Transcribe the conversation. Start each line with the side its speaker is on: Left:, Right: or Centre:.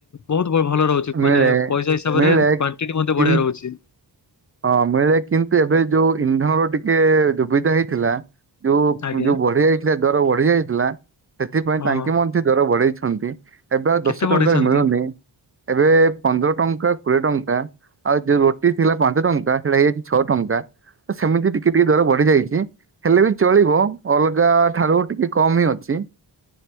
Left: ବହୁତ ଭଲ ରହୁଛି।
Right: ମିଳେ
Left: ମାନେ ପଇସା ହିସାବରେ
Right: ମିଳେ
Left: କ୍ଵାଣ୍ଟିଟି ମଧ୍ୟ
Right: କି
Left: ବଢିଆ ରହୁଛି।
Right: ହଁ ମିଳେ କିନ୍ତୁ ଏବେ ଯୋଉ ଇନ୍ଧନର ଟିକେ ଦୁବିଧା ହେଇଥିଲା ଯୋଉ
Left: ଆଜ୍ଞା
Right: ଯୋଉ ବଢି ଯାଇଥିଲା ଦର ବଢି ଯାଇଥିଲା ସେଥିପାଇଁ
Left: ହଁ
Right: ତାଙ୍କେ ମଧ୍ୟ ଦର ବଢେଇଛନ୍ତି। ଏବେ ଆଉ
Left: କେତେ
Right: ଦଶ ଟଙ୍କାରେ
Left: ବଢେଇଛନ୍ତି?
Right: ମିଳୁନି। ଏବେ ପନ୍ଦର ଟଙ୍କା କୋଡିଏ ଟଙ୍କା ଆଉ ଯୋଉ ରୋଟି ଥିଲା <inaudible> ପାଞ୍ଚ ଟଙ୍କା ସେଇଟା ହେଇଯାଇଛି ଛଅ ଟଙ୍କା ତ ସେମିତି ଟିକେ ଟିକେ ଦର ବଢିଯାଇଛି। ହେଲେ ବି ଚଳିବ ଅଲଗା ଠାରୁ ଟିକେ କମ୍ ହିଁ ଅଛି